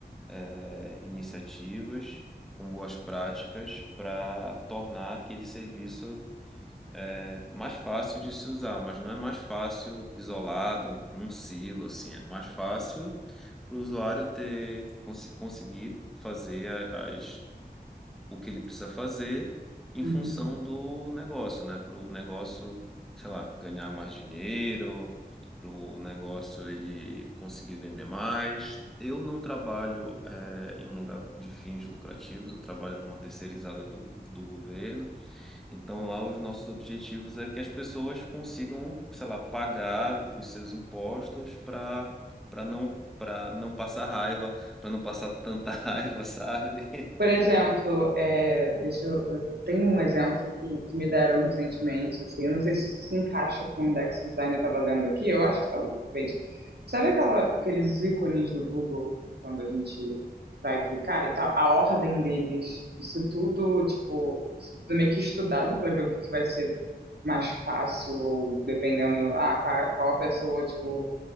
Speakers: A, in the centre; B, on the right.
A: é, iniciativas com boas práticas para tornar aquele serviço é, mais fácil de se usar, mas não é mais fácil isolado num silo, assim, é mais fácil para o usuário ter cons- conseguir fazer a- as o que ele precisa fazer em
B: uhum.
A: função do negócio, né? Para o negócio, sei lá, ganhar mais dinheiro, para o negócio ele conseguir vender mais. Eu não trabalho eh, em um lugar de fins lucrativos, eu trabalho numa terceirizada do, do governo. Então, lá os nossos objetivos é que as pessoas consigam, sei lá, pagar os seus impostos para para não para não passar raiva, para não passar tanta <laughs> raiva, sabe?
B: Por exemplo, é, deixa eu, eu tenho um exemplo que, que me deram recentemente, assim, eu não sei se se encaixa com o index design que eu estava lendo aqui, eu acho que talvez. Sabe aquela, aqueles ícones do Google, quando a gente vai clicar e tal? A ordem deles, isso tudo, tipo, isso tudo meio que estudado para ver o que, que vai ser mais fácil, ou dependendo, ah, qual, qual a pessoa, tipo,